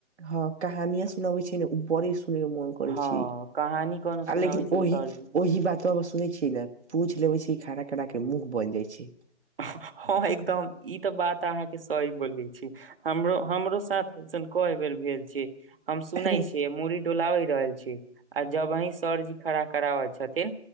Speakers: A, on the right; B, on the right.
A: हँ कहानिया सुनाबे छै ने उ बड़ी सुनेमे मन करै
B: हँ
A: छै
B: कहानी कोनो सुनाबै
A: आ लेकिन
B: छै
A: ओहि
B: सरजी
A: ओहि बात ब सुने छियै ने पूछि लेबे छै खना के मुह बजय छै
B: हँ एकदम ई त बात अहाँके सही बोलै छी हमरो हमरो साथ हैय सन कय बेर भेल छै हम सुनै
A: अरे
B: छियै मुड़ी डोलाव रहल छी आ जब हीं सरजी खड़ा कराबै छथिन